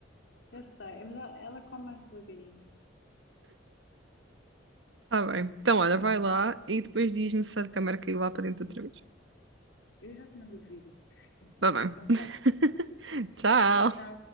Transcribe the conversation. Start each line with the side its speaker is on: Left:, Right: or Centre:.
Left: eu sei, mas ela ela come mais devagarinho.
Right: Tá bem. Então, olha, vai lá e depois diz-me se a câmera caiu lá para dentro outra vez.
Left: Eu já te mando o vídeo.
Right: Tá bem.
Left: Então
Right: <laughs>
Left: vá,
Right: Tchau.
Left: até já.